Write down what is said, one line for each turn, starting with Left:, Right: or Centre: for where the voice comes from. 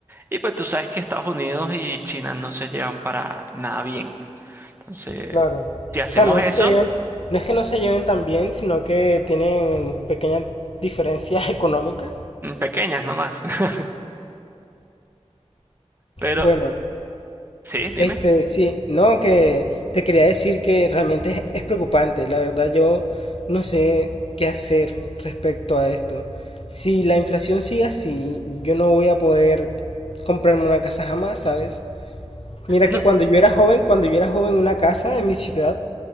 Right: y pues tú sabes que Estados Unidos y China no se llevan para nada bien. Entonces,
Left: Claro.
Right: si hacemos
Left: O sea, no es
Right: eso,
Left: que se lleven, no es que no se lleven tan bien, sino que tienen pequeñas diferencias <laughs> económicas.
Right: mm, pequeñas nomás. <laughs> Pero,
Left: Bueno,
Right: sí, dime.
Left: este, sí, no, que te quería decir que realmente es, es preocupante. La verdad, yo no sé qué hacer respecto a esto. Si la inflación sigue así, yo no voy a poder comprarme una casa jamás, ¿sabes? Mira
Right: No,
Left: que cuando yo era joven, cuando yo era joven, una casa en mi ciudad